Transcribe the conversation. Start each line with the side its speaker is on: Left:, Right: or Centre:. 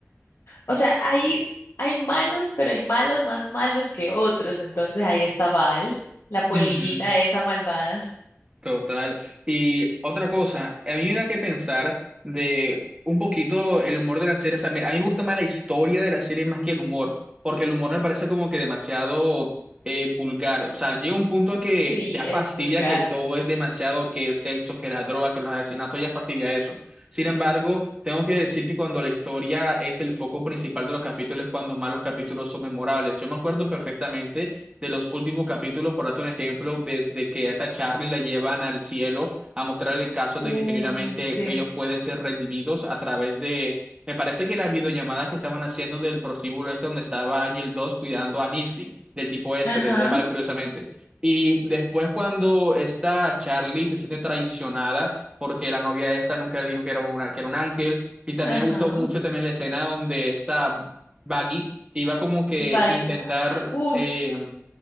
Left: o sea, hay, hay malos, pero hay malos más malos que otros, entonces ahí está Val, la polillita
Right: Ujú.
Left: esa malvada,
Right: Total. Y otra cosa, a mí me da que pensar de un poquito el humor de la serie. O sea, mira, a mí me gusta más la historia de la serie más que el humor, porque el humor me parece como que demasiado eh, vulgar. O sea, llega un punto que
Left: sí,
Right: ya fastidia
Left: es vulgar.
Right: que todo es demasiado, que el sexo, que la droga, que los asesinatos, ya fastidia eso. Sin embargo, tengo que decir que cuando la historia es el foco principal de los capítulos, es cuando más los capítulos son memorables. Yo me acuerdo perfectamente de los últimos capítulos, por darte un ejemplo, desde que hasta Charlie la llevan al cielo a mostrar el caso de
Left: Uy,
Right: que genuinamente
Left: sí.
Right: ellos pueden ser redimidos a través de, me parece que las videollamadas que estaban haciendo del prostíbulo este donde estaba Ángel 2 cuidando a Nifty, del tipo este,
Left: Ajá,
Right: de, de Val, curiosamente. Y después cuando esta Charlie se siente traicionada porque la novia esta nunca le dijo que era, una, que era un ángel, y también
Left: ajá.
Right: me gustó mucho también la escena donde esta Baggy iba como que
Left: Baggy.
Right: intentar
Left: Uf.
Right: eh,